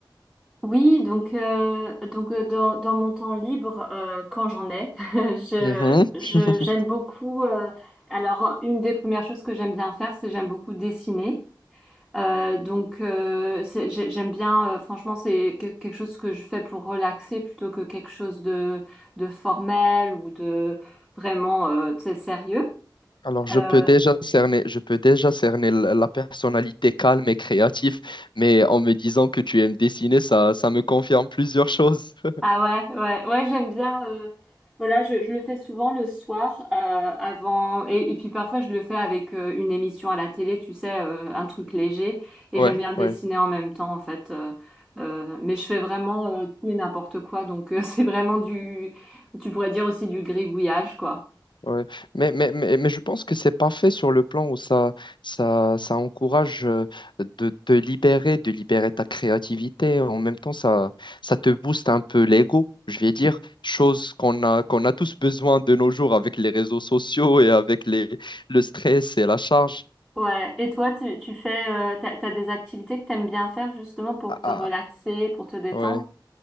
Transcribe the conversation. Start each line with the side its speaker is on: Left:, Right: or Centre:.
Centre: Oui, donc euh, donc euh, dans, dans mon temps libre, euh, quand j'en ai, <laughs> je
Left: Mhm.
Centre: je
Left: <laughs>
Centre: j'aime beaucoup. euh, alors une des premières choses que j'aime bien faire, c'est j'aime beaucoup dessiner. Euh, donc euh, c'est- j'ai- j'aime bien. euh, franchement, c'est que- quelque chose que je fais pour relaxer plutôt que quelque chose de de formel ou de vraiment euh, tu sais, sérieux.
Left: Alors, je
Centre: Euh,
Left: peux déjà cerner, je peux déjà cerner l- la personnalité calme et créative, mais en me disant que tu aimes dessiner, ça, ça me confirme plusieurs choses. <laughs>
Centre: Ah ouais, ouais, ouais, j'aime bien. euh, voilà, je, je le fais souvent le soir euh, avant, et, et puis parfois je le fais avec euh, une émission à la télé, tu sais, euh, un truc léger. Et
Left: Ouais,
Centre: j'aime bien dessiner
Left: ouais,
Centre: en même temps, en fait. euh, euh, mais je fais vraiment euh, tout et n'importe quoi, donc euh, <laughs> c'est vraiment du, tu pourrais dire aussi du gribouillage, quoi.
Left: ouais. Mais, mais, mais, mais je pense que c'est parfait sur le plan où ça, ça, ça encourage euh, de te libérer, de libérer ta créativité. En même temps, ça, ça te booste un peu l'ego, je vais dire, chose qu'on a, qu'on a tous besoin de nos jours avec les réseaux sociaux et avec les, le stress et la charge.
Centre: Ouais. Et toi, tu, tu fais, euh, t'as, t'as des activités que t'aimes bien faire justement pour
Left: Ah,
Centre: te
Left: ah,
Centre: relaxer, pour te détendre?
Left: ouais.